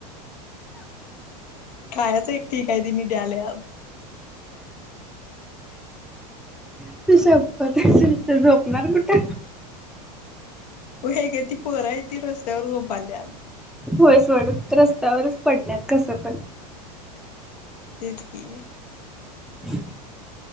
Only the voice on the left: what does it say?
खायाच एक ठीक आहे तिनी द्याले.
व्हयं काय ती पोर आहे ती रस्त्यावर झोप आल्या.
तेच कि.